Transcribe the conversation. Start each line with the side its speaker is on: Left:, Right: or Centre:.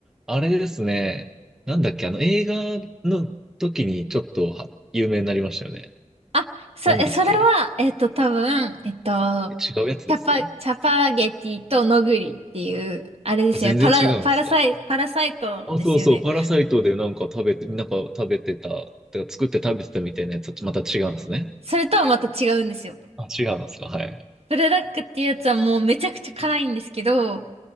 Centre: あれですね。なんだっけ、あの、映画の時にちょっとは有名になりましたよね。
Right: あ、そ、
Centre: なんだっけ。
Right: え、それは、えっと、多分、えっと、
Centre: え違うやつです
Right: チャパ、チャパゲティとノグリっていう、あれですよね。
Centre: 全然違うんですか
Right: パラ、パラサイ、パラサイトですよね。
Centre: あ、そうそう、パラサイトでなんか食べて、なんか食べてた、てか作って食べてたみたいなやつはまた違うんですね。
Right: それとはまた違うんですよ。
Centre: あ、違うんですか、はい。
Right: ブルダックっていうやつはもうめちゃくちゃ辛いんですけど、